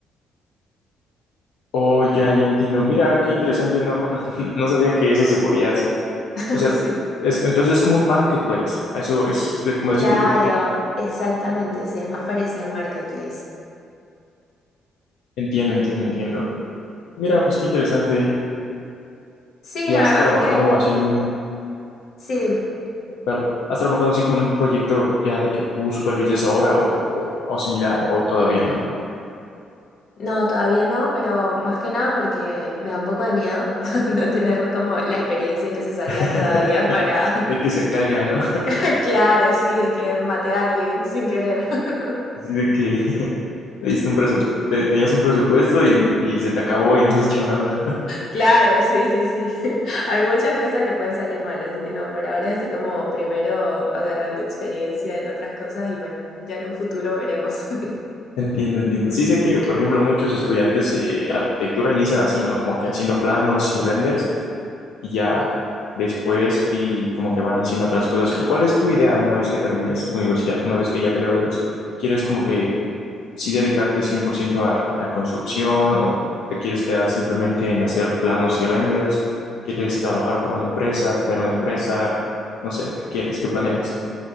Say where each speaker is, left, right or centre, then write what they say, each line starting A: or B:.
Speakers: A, on the left; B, on the left.
A: oh ya, ya entiendo. Mira, qué interesante, no, <laughs> no sabía que eso se podía hacer.
B: <laughs>
A: O sea,
B: Sí.
A: es, entonces es como un marketplace. Eso es de, como
B: Claro,
A: de ese tipo.
B: exactamente, sí, es más parecido a un marketplace.
A: Entiendo, entiendo, entiendo. Mira, pues qué interesante.
B: Sí,
A: ¿Y
B: la
A: has
B: verdad
A: trabajado
B: es que
A: así en un,
B: sí, dime.
A: perdón, has trabajado así como en un proyecto ya de que tú supervises obra o, o, o similar o todavía no?
B: No, todavía no, pero más que nada porque me da un poco de miedo <laughs> no tener como la experiencia necesaria
A: <laughs>
B: todavía para,
A: De que se caiga, ¿no?
B: <laughs> claro, sí, de que maté a alguien sin querer. <laughs>
A: Así de que <laughs> le diste un presu- te- tenías un presupuesto y, y se te acabó y no has hecho nada.
B: Claro, sí, sí, sí. <laughs> Hay muchas cosas que pueden salir mal, así que no, por ahora estoy como primero agarrando experiencia en otras cosas y bueno, ya en un futuro veremos. <laughs>
A: <laughs> Entiendo, entiendo. Sí sé que, por ejemplo, muchos estudiantes de arquitectura inician así, ¿no? Como que haciendo planos y renders y ya después y como que van haciendo otras cosas. ¿Y cuál es tu idea una vez que termines tu universidad, una vez que ya te gradúes? ¿Quieres como que sí dedicarte 100% a la construcción o te quieres quedar simplemente en hacer planos y renders? ¿Quieres trabajar para una empresa, tener una empresa? No sé, ¿qué quieres? ¿Qué planeas?